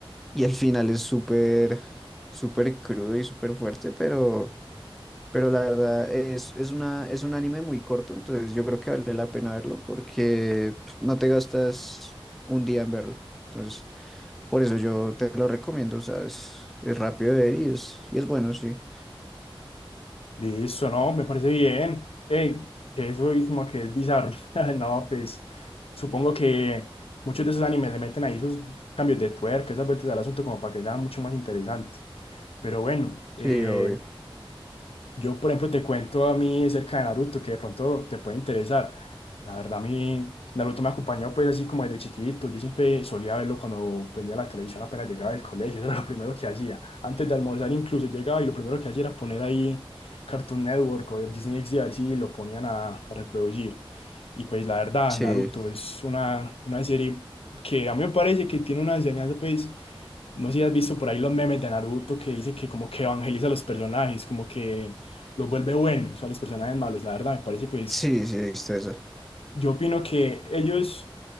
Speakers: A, in the centre; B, on the left.
A: Y el final es súper, súper crudo y súper fuerte, pero, pero la verdad es, es una, es un anime muy corto, entonces yo creo que vale la pena verlo porque pues, no te gastas un día en verlo. Entonces, por eso yo te lo recomiendo, ¿sabes? Es es rápido de ver y es, y es bueno, sí.
B: Listo, no, me parece bien. Ey, que eso es como que es bizarro. <laughs> No, pues supongo que muchos de esos animes le meten ahí esos cambios de tuerca, esas vueltas al asunto como para que sea mucho más interesante. Pero bueno,
A: Sí,
B: eh,
A: obvio.
B: Yo, por ejemplo, te cuento a mí acerca de Naruto, que de pronto te puede interesar. La verdad, a mí Naruto me acompañó pues así como desde chiquito. Yo siempre solía verlo cuando prendía la televisión apenas llegaba del colegio. <laughs> Eso era lo primero que hacía. Antes de almorzar incluso llegaba y lo primero que hacía era poner ahí Cartoon Network o Disney XD a ver si lo ponían a, a reproducir. Y pues la verdad,
A: Sí,
B: Naruto es una, una serie que a mí me parece que tiene una enseñanza pues... No sé si has visto por ahí los memes de Naruto que dice que como que evangeliza a los personajes, como que los vuelve buenos a los personajes malos, la verdad, me parece pues,
A: sí, sí, está eso.
B: yo opino que ellos